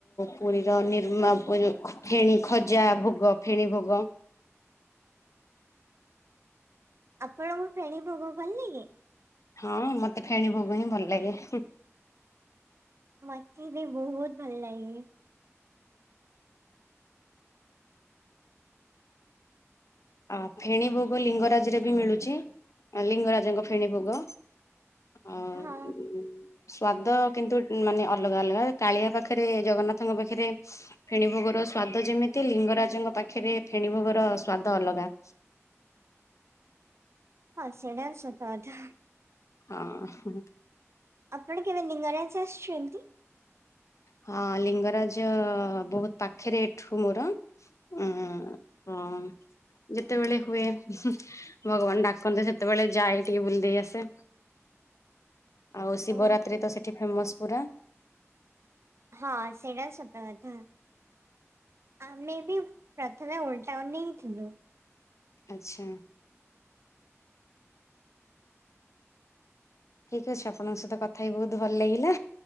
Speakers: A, on the left; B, on the right.
A: ପୁରୀର ନିର୍ମା ଫେଣି ଖଜା ଭୋଗ ଫେଣି ଭୋଗ।
B: ଆପଣଙ୍କୁ ଫେଣୀ ଭୋଗ ଭଲ ଲାଗେ?
A: ହଁ ମତେ ଫେଣୀ ଭୋଗ ହିଁ ଭଲ ଲାଗେ।
B: ମତେ ବି ବହୁତ୍ ଭଲ ଲାଗେ।
A: ଆ ଫେଣୀ ଭୋଗ ଲିଙ୍ଗରାଜରେ ବି ମିଳୁଚି ଲିଙ୍ଗରାଜଙ୍କ ଫେଣୀ ଭୋଗ। ଆଁ
B: ହଁ
A: ଉଁ ସ୍ଵାଦ କିନ୍ତୁ ମାନେ ଅଲଗା ଅଲଗା କାଳିଆ ପାଖରେ ଜଗନ୍ନାଥଙ୍କ ପାଖରେ। ଫେଣୀ ଭୋଗର ସ୍ଵାଦ ଯେମିତି ଲିଙ୍ଗରାଜଙ୍କ ପାଖରେ ଫେଣୀ ଭୋଗର ସ୍ଵାଦ ଅଲଗା।
B: ହଁ ସେଇଟା ବି ସତକଥା।
A: ହଁ।
B: ଆପଣ କେବେ ଲିଙ୍ଗରାଜ ଆସିଛନ୍ତି?
A: ହଁ ଲିଙ୍ଗରାଜ ବହୁତ ପାଖରେ ଏଠୁ ମୋର। ହଁ ହ ଯେତେବେଳେ ହୁଏ। ଭଗବାନ ଡାକନ୍ତେ ସେତେବେଳେ ଯାଏ ଟିକେ ବୁଲିଦେଇ ଆସେ। ଆଉ ଶିବରାତ୍ରି
B: ଓ
A: ତ ସେଇଠି ଫେମସ୍ ପୁରା।
B: ହଁ ସେଇଟା ସତ କଥା ଆମେ ବି। ପ୍ରଥମେ ଓଲ୍ ଟାଉନ ରେ ହଁ ଥିଲୁ।
A: ଆଚ୍ଛା। ଠିକ ଅଛି ଆପଣଙ୍କ ସହିତ କଥା ହେଇକି ବହୁତ ଭଲ ଲାଗିଲା।